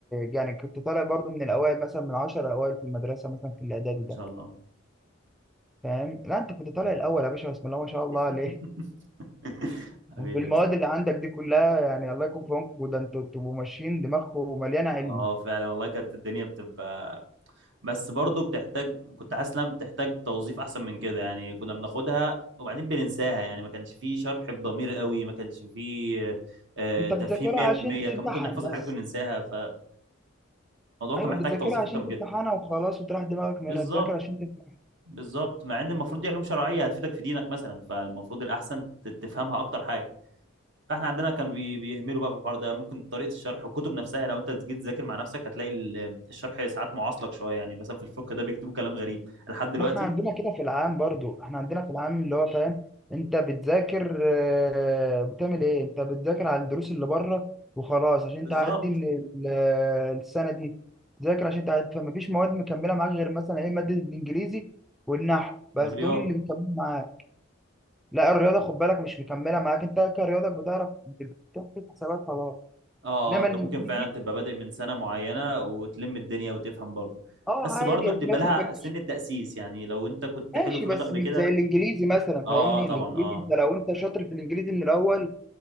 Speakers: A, in the centre; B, on the right (about 65°).
A: يعني كنت طالع برضو من الاوائل مثلا من 10 اوائل في المدرسه مثلا في الاعدادي
B: ما
A: ده
B: شاء الله
A: فاهم لا انت كنت طالع
B: مم.
A: الاول يا باشا بسم الله ما شاء الله عليك
B: <laughs> حبيبي
A: بالمواد
B: يا أسطى.
A: اللي عندك دي كلها يعني الله يكون في عونكم ده انتوا بتبقوا ماشيين دماغكم مليانه علم
B: اه فعلا والله كانت الدنيا بتبقى بس برضه بتحتاج كنت حاسس انها بتحتاج توظيف احسن من كده يعني كنا بناخدها وبعدين بننساها يعني ما كانش فيه شرح بضمير قوي ما كانش فيه آه،
A: انت
B: تفهيم
A: بتذاكرها
B: 100%
A: عشان تمتحن
B: كان ممكن نحفظ
A: بس
B: الحاجات وننساها فالموضوع
A: ايوه
B: كان محتاج
A: بتذاكرها
B: توظيف
A: عشان
B: اكتر من
A: تمتحنها
B: كده
A: وخلاص وتريح دماغك
B: بالظبط
A: منها تذاكر عشان تمتحن
B: بالظبط مع ان المفروض دي علوم شرعيه هتفيدك في دينك مثلا فالمفروض الاحسن ت- تفهمها اكتر حاجه فاحنا عندنا كان بي- بيهملوا بقى في الحوار ده ممكن طريقه الشرح والكتب نفسها لو انت جيت تذاكر مع نفسك هتلاقي ال- الشرح ساعات معاصلك شويه يعني مثلا في الفقه ده بيكتبوا كلام غريب لحد دلوقتي
A: ما احنا عندنا كده في العام برضو احنا عندنا في العام اللي هو فاهم انت بتذاكر آه، بتعمل ايه انت بتذاكر على الدروس اللي بره وخلاص عشان
B: بالظبط
A: تعدي من ال- آه، السنه دي تذاكر عشان تعدي فما فيش مواد مكمله معاك غير مثلا ايه ماده الانجليزي والنحو بس
B: والرياضه
A: دول اللي بيكملوا معاك لا الرياضه خد بالك مش مكمله معاك انت كرياضك بتعرف بتحسب حسابات خلاص
B: اه
A: انما
B: اه انت
A: الانجليزي
B: ممكن فعلا تبقى بادئ من سنه معينه وتلم الدنيا وتفهم برضه
A: اه
B: بس
A: عادي
B: برضه
A: يعني
B: بتبقى
A: في ناس
B: لها
A: ما كانتش
B: سن التاسيس يعني لو انت كنت
A: ماشي
B: حلو في الرياضه
A: بس
B: قبل
A: مش
B: كده
A: زي
B: هت-
A: الانجليزي مثلا
B: اه
A: فاهمني
B: اه طبعا
A: الانجليزي
B: اه
A: انت لو انت شاطر في الانجليزي من الاول